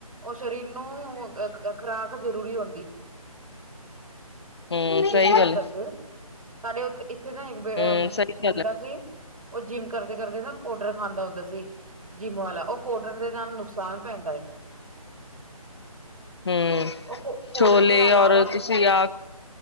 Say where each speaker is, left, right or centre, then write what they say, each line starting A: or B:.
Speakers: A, on the right (about 65°); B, on the left (about 45°).
A: ਓ ਸਰੀਰ ਨੂੰ ਖ ਖ ਖਰਾਕ ਜ਼ਰੂਰੀ ਹੁੰਦੀ।
B: ਹਮ-ਹਮ
A: ਜੇ
B: ਸਹੀ
A: ਜਿੰਮ
B: ਗੱਲ
A: ਕਰਦੇ। ਸਾਡੇ ਉੱਥੇ ਇੱਥੇ ਤਾਂ ਇੱਕ ਅ
B: ਹਮ ਸਹੀ ਗੱਲ
A: ਮੁੰਡਾ
B: ਹੈ
A: ਸੀ। ਓ ਜਿੰਮ ਕਰਦੇ-ਕਰਦੇ ਨਾਂ ਪਾਊਡਰ ਖਾਂਦਾ ਹੁੰਦਾ ਸੀ। ਜਿੰਮ ਵਾਲਾ ਓ ਪਾਊਡਰ ਦੇ ਨਾਲ ਨੁਕਸਾਨ ਪੈਂਦਾ ਐ।
B: ਹਂ,
A: ਉਹ ਪਾਊਡਰ
B: ਛੋਲੇ
A: ਦੇ ਇਲਾਵਾ
B: ਔਰ ਤੁਸੀਂ ਆ।